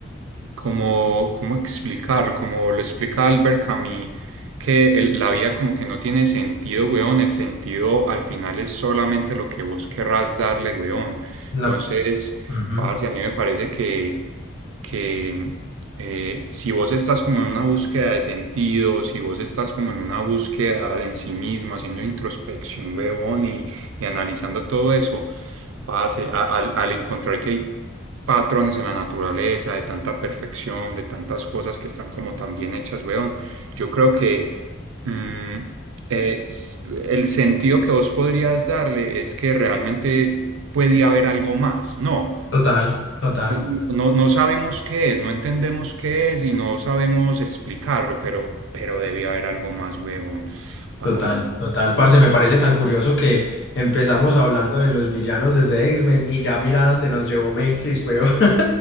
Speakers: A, on the right; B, on the left.
A: como, ¿cómo explicarlo? Como lo explica Albert Camus, que el- la vida como que no tiene sentido, weón. El sentido al final es solamente lo que vos querrás darle, weón.
B: La-
A: Entonces,
B: Ujú.
A: parce, a mí me parece que, que eh, si vos estás como en una búsqueda de sentido, si vos estás como en una búsqueda de en sí mismo, haciendo introspección, weón, y, y analizando todo eso, parce, a- al, al encontrar que hay patrones en la naturaleza, de tanta perfección, de tantas cosas que están como tan bien hechas, weón. Yo creo que mm, eh, s- el sentido que vos podrías darle es que realmente puede haber algo más, ¿no?
B: Total, total.
A: Eh, No, no sabemos qué es, no entendemos qué es y no sabemos explicarlo, pero, pero debía haber algo más, weón. Parce,
B: Total,
A: no.
B: total, parce, me parece tan curioso que empezamos hablando de los villanos desde X-Men y ya mira dónde nos llevó Matrix, weón. <laughs>